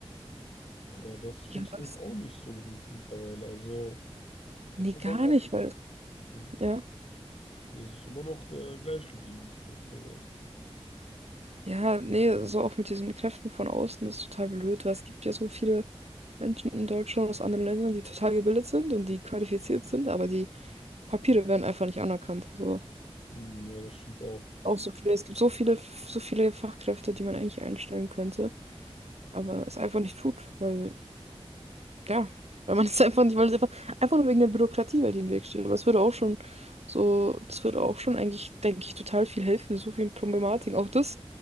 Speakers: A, on the left; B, on the right.
A: Aber das
B: Ja,
A: funktioniert
B: das,
A: auch nicht so gut mittlerweile. Also es
B: nee,
A: ist immer
B: gar
A: noch,
B: nicht, weil,
A: hm,
B: ja.
A: nee, es ist immer noch äh, gleich geblieben, würde ich mal sagen.
B: Ja, nee, so auch mit diesen Kräften von außen ist total blöd, weil es gibt ja so viele Menschen in Deutschland aus anderen Ländern, die total gebildet sind und die qualifiziert sind, aber die Papiere werden einfach nicht anerkannt. so
A: Hm, ja, das stimmt auch.
B: auch so viele, es gibt so viele, so viele Fachkräfte, die man eigentlich einstellen könnte, aber es einfach nicht tut, weil, ja, weil man <laughs> es einfach nicht, weil es einfach, einfach nur wegen der Bürokratie, weil die im Weg steht. Aber es würde auch schon so, das würde auch schon eigentlich, denke ich, total viel helfen, so viel Problematik. Auch das